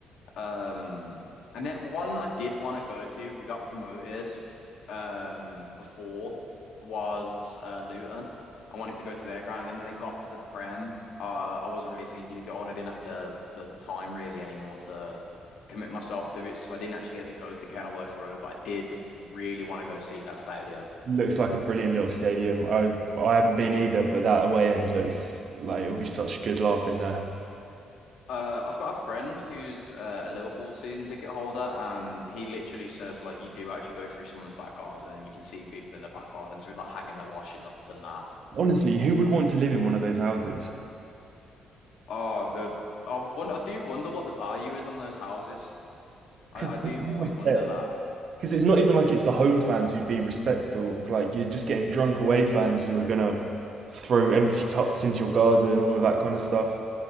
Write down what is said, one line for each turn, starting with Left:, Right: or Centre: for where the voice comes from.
Left: Um and that one I did want to go to, we got promoted um before was uh Luton. I wanted to go to their ground and then when they got to the Prem, uh I wasn't really a season ticket holder. I didn't have the the time really anymore to commit myself to it. So I didn't actually get to go to Kenilworth Road, but I did really want to go see that stadium.
Right: Looks like a brilliant little stadium. I've I haven't been either, but that away end looks like it'll be such a good laugh in there.
Left: Uh, I've got a friend who's uh, a Liverpool season ticket holder, and he literally says like you do actually go through someone's back garden, and you can see people in the back garden, so like hanging their washing up and that.
Right: Honestly, who would want to live in one of those houses?
Left: Oh, the I wonder, I do wonder what the value is on those houses. I,
Right: Because
Left: I do
Right: I
Left: always
Right: must
Left: wonder
Right: say,
Left: that,
Right: because it's not even like it's the home fans who'd be respectful. Like you're just getting drunk away fans who are gonna throw empty cups into your garden, and all of that kind of stuff.